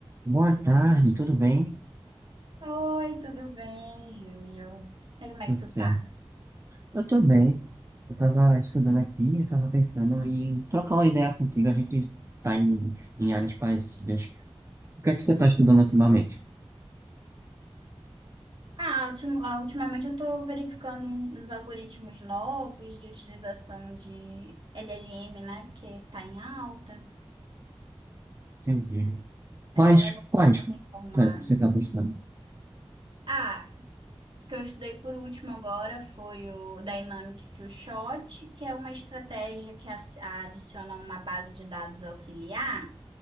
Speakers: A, on the right (about 30°); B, on the right (about 55°).
A: Boa tarde, tudo bem?
B: Oi, tudo bem, Júlio? E Como é
A: Tudo
B: que tu
A: certo.
B: tá?
A: Eu tô bem. Eu tava estudando aqui, eu tava pensando em trocar uma ideia contigo. A gente tá em, em áreas parecidas. O que é que você tá estudando ultimamente?
B: Ah, ultim- ah, ultimamente eu tô verificando um, uns algoritmos novos de utilização de LLM, né? Porque tá em alta.
A: Entendi. Quais,
B: É, bom
A: quais
B: eu tô informado.
A: tá- que você tá buscando?
B: Ah, o que eu estudei por último agora foi o Dynamic Fill Shot, que é uma estratégia que as- adiciona uma base de dados auxiliar.